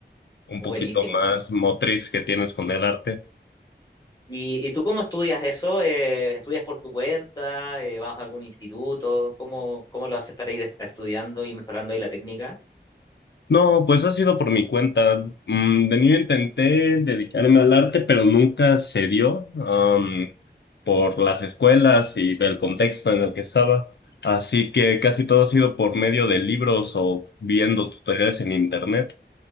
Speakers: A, on the left; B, on the left.
A: un
B: buenísimo.
A: poquito más motriz que tienes con el arte.
B: ¿Y, y tú cómo estudias eso? Eh, ¿estudias por tu cuenta? Eh, ¿vas a algún instituto? ¿Cómo, cómo lo haces para ir est- estudiando y mejorando ahí la técnica?
A: No, pues ha sido por mi cuenta. Mm, de niño intenté dedicarme al arte, pero nunca se dio, am, por las escuelas y el contexto en el que estaba. Así que casi todo ha sido por medio de libros o viendo tutoriales en internet.